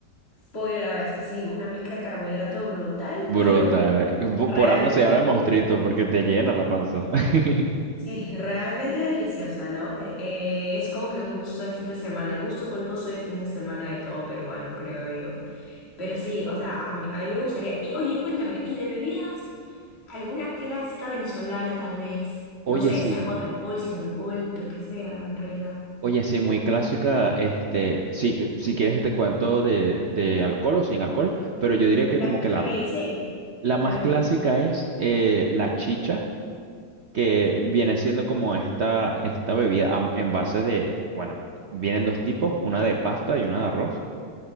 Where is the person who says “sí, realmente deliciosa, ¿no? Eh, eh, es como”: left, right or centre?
Left